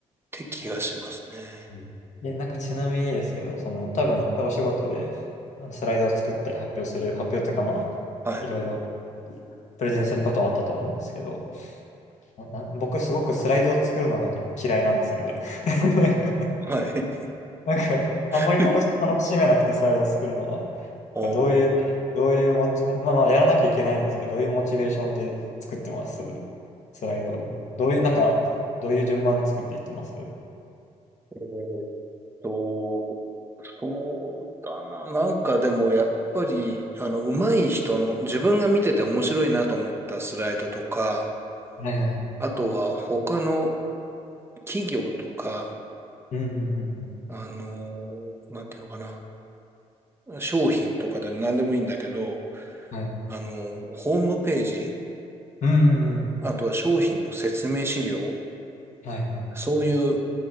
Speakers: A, on the right; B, on the left.
A: て気がしますね。
B: あうんで、なんかちなみにですけど、その、多分いっぱいお仕事で、あのスライドを作ったり発表する、発表というかまあ、
A: はい。
B: いろいろプレゼンすることはあったと思うんですけど、な、な僕すごくスライドを作るのが嫌いなんですよね。<laughs> なんか、
A: はい。
B: なんかあんまり楽し、
A: <laughs>
B: 楽しめなくてスライドを作るのは、
A: おー、
B: どういう、どういうモチ、まあまあ、やらなきゃいけないんですけど、どういうモチベーションで作ってますスライドを。どういう、なんか、どういう順番で作っていってますは
A: えーっと、そうだな。なんかでもやっぱり、あの、上手い人の、自分が見てて面白いなと思ったスライドとか、
B: いはいはい。
A: あとは他の企業とか、
B: うんうんうんうん
A: あのー、なんていうのかな。商品とかでも何でもいいんだけど、
B: はい。
A: あの、ホームページ、
B: うんうんうん。
A: あとは商品の説明資料、
B: はいはい。
A: そういう